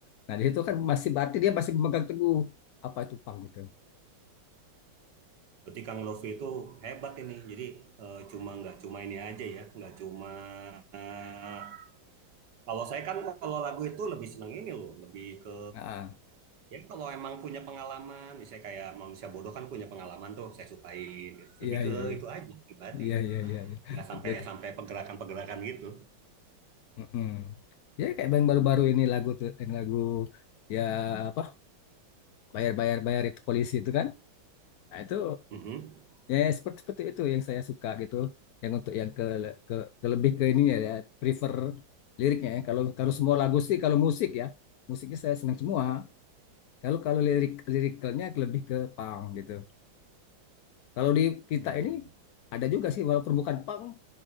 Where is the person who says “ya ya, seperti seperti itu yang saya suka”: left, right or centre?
Left